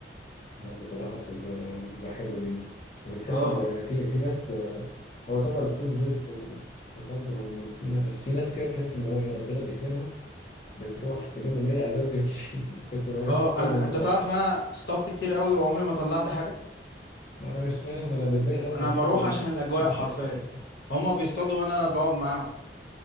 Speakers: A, on the left (about 45°); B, on the left (about 65°).
A: لا بصراحة بتبقى بتبقى حلوة جدا وبتحس
B: اه
A: ان في في ناس آه، هو طبعا الصيد رزق و- وصبر وفي ناس بس في ناس كده تحس ان هو ايه ربنا بيكرمها بتروح تلم اللي هي عايزاه وتمشي <laughs> تحس ان هي
B: اه
A: بتستلزم
B: انا انت
A: البحر
B: تعرف ان انا اصطادت كتير قوي وعمري ما طلعت حاجه
A: ما انا مش فاهم انا بتضايق قوي
B: انا
A: من الحركه
B: بروح
A: دي
B: عشان الاجواء
A: <laughs>
B: حرفيا هما بيصطادوا وانا بقعد معاهم